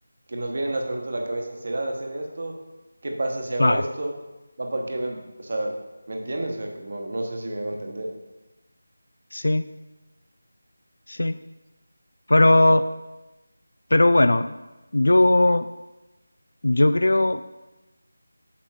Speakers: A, on the right; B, on the left.
A: que nos vienen las preguntas a la cabeza, ¿será de hacer esto? ¿Qué pasa si hago
B: claro,
A: esto? ¿Va para qué me- O sea, ¿me entiendes? O sea, como, no sé si me hago entender.
B: sí, sí. Pero, pero bueno, yo, yo creo